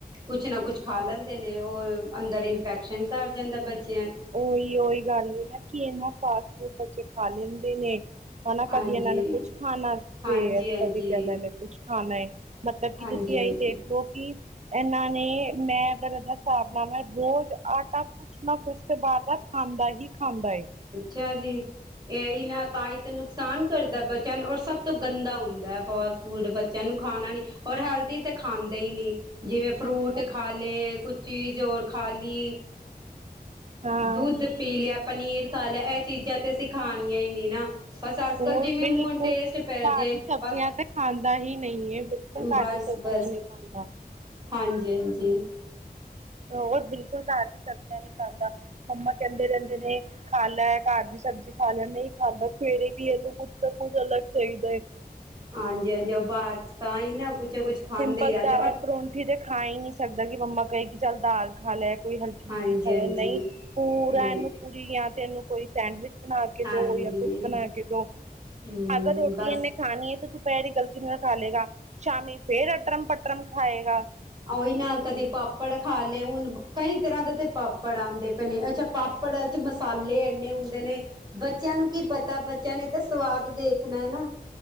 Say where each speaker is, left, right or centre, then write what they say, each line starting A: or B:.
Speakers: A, on the right; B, on the right.
A: ਕੁਛ ਨਾ ਕੁਛ ਖਾ ਲੈਂਦੇ ਨੇ ਉਹ ਅੰਦਰ ਇਨਫੈਕਸ਼ਨ ਕਰ ਜਾਂਦਾ ਬੱਚੇ
B: ਉਹੀ ਉਹੀ ਗੱਲ ਨਾ ਕਿ ਇਹਨਾ ਫਾਸਟ ਫੂਡ ਬੱਚੇ ਖਾ ਲੈਂਦੇ ਨੇ ਹਨਾ
A: ਹਾਂਜੀ
B: ਕਦੀ ਇਹਨਾਂ ਨੇ ਕੁਛ ਖਾਣਾ
A: ਹਾਂਜੀ
B: ਜੇ ਅ
A: ਹਾਂਜੀ
B: ਕਦੀ ਤਾਂ ਇਹਨਾਂ ਨੇ ਕੁਛ ਖਾਣਾ ਮਤਲਬ ਕੀ
A: ਹਾਂਜੀ
B: ਤੁਸੀਂ ਆਈ
A: ਹਾਂਜੀ
B: ਦੇਖਲਓ ਕਿ ਇਹਨਾਂ ਨੇ ਮੈਂ ਅਗਰ ਇਹਦਾ ਹਿਸਾਬ ਲਾਵਾਂ ਰੋਜ਼ ਆਟਾ ਕੁਛ ਨਾ ਕੁਛ ਬਾਹਰ ਦਾ ਖਾਂਦਾ ਹੀ ਖਾਂਦਾ ਏ
A: ਅੱਛਾ ਜੀ ਇਹੀ ਨਾ ਤਾਂ ਹੀ ਤੇ ਨੁਕਸਾਨ ਕਰਦਾ ਬੱਚਿਆਂ ਨੂੰ ਔਰ ਸਭ ਤੋਂ ਗੰਦਾ ਹੁੰਦਾ ਫਾਸਟ ਫੂਡ ਬੱਚਿਆਂ ਨੂੰ ਖਾਣਾ ਨੀ ਔਰ ਹੈਲਦੀ ਤਾਂ ਖਾਂਦੇ ਹੀ ਨਹੀਂ ਜਿਵੇਂ ਫਰੂਟ
B: ਹੋਰ
A: ਖਾ ਲਏ ਕੁਛ ਚੀਜ਼ ਹੋਰ ਖਾ ਲਈ
B: ਹਾਂ
A: ਦੁੱਧ ਪੀ ਲਿਆ ਪਨੀਰ ਖਾ ਲਿਆ ਇਹ ਚੀਜ਼ਾਂ ਤੇ ਅਸੀਂ ਖਾਣੀਆਂ ਹੀ ਨਹੀਂ ਨਾ ਬਸ ਅੱਜ
B: ਹੋਰ
A: ਕੱਲ ਜਿਵੇਂ
B: ਬਿਲਕੁਲ
A: ਮੂੰਹ ਟੇਸਟ ਪੈ ਜੇ
B: ਘਰ ਦੀ ਸਬਜ਼ੀਆਂ
A: ਬਸ
B: ਤੇ ਖਾਂਦਾ ਹੀ ਨਹੀਂ ਹੈ ਬਿਲਕੁਲ ਘਰ
A: ਬਸ
B: ਦੀ
A: ਬਸ
B: ਨ ਖਾਂਦਾ
A: ਹਾਂਜੀ ਹਾਂਜੀ
B: ਹੋਰ ਬੁਲ ਬਿਲੁਲ ਘਰ ਦੀ ਸਬਜ਼ੀਆਂ ਨਹੀਂ ਖਾਂਦਾ ਮੰਮਾ ਕਹਿੰਦੇ ਰਹਿੰਦੇ ਨੇ ਖਾ ਲੈ ਘਰ ਦੀ ਸਬਜ਼ੀ ਖਾ ਲੈ ਨਹੀਂ ਖਾਂਦਾ ਸਵੇਰੇ ਵੀ ਇਹਨੂੰ ਕੁੱਛ ਨਾ ਕੁੱਝ ਅਲੱਗ ਚਾਹੀਦਾ ਏ।
A: ਹਾਂਜੀ-ਹਾਂਜੀ ਉਹ ਬਾਅਦ ਤਾਂ ਹੀ ਨਾ ਕੁਛ- ਕੁਛ ਖਾਂਦੇ
B: ਸਿੰਪਲ
A: ਹੀ ਰਹਿੰਦੇ
B: ਤਾਂ
A: ਔਰ
B: ਏ ਪਰੌਂਠੀ ਤੇ ਖਾ ਹੀ ਨਹੀਂ ਸਕਦਾ ਕਿ ਮੰਮਾ ਕਹੇ ਕਿ ਚੱਲ ਦਾਲ ਖਾ ਲੈ। ਕੋਈ ਹਲਕੀ ਜਿਹੀ
A: ਹਾਂਜੀ
B: ਚੀਜ਼ ਖਾਲਾ
A: ਹਾਂਜੀ
B: ਨਈ, ਪੂਰਾ
A: ਨਹੀਂ
B: ਇਹਨੂੰ ਪੂਰੀ ਜਾਂ ਤੇ ਇਹਨੂੰ ਕੋਈ ਸੈਂਡਵਿਚ ਬਣਾ ਕੇ
A: ਹਾਂਜੀ
B: ਦੋ, ਜਾਂ ਕੁਛ ਬਣਾ ਕੇ ਦੋ,
A: ਹੂੰ
B: ਅਗਰ ਰੋਟੀ
A: ਬਸ
B: ਇਹਨੇ ਖਾਣੀ ਏ ਤੇ ਤੂੰ ਪੈਰੀ ਗਲਤੀ ਨਾਲ ਖਾ ਲਏਗਾ। ਸ਼ਾਮੀ ਫੇਰ ਅਟਰਮ ਪਟਰਮ ਖਾਏਗਾ।
A: ਉਹੀ ਨਾ ਕਦੇ ਪਾਪੜ ਖਾ ਲਏ, ਹੁਣ ਕਈ ਤਰ੍ਹਾਂ ਦੇ ਤੇ ਪਾਪੜ ਆਂਦੇ ਪਏ ਨੇ, ਅੱਛਾ ਪਾਪ ਪਾਪੜ੍ਹਾਂ ਚ ਮਸਾਲੇ ਇੰਨੇ ਹੁੰਦੇ ਨੇ, ਬੱਚਿਆਂ ਨੂੰ ਕੀ ਪਤਾ ਬੱਚਿਆਂ ਨੇ ਤਾਂ ਸਵਾਦ ਦੇਖਣਾ ਐ, ਨਾ